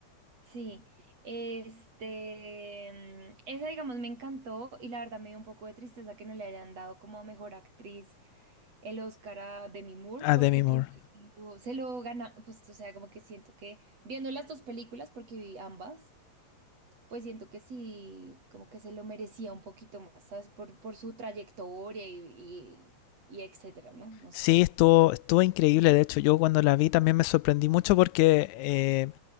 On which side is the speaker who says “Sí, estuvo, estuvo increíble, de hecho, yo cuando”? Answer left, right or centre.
Left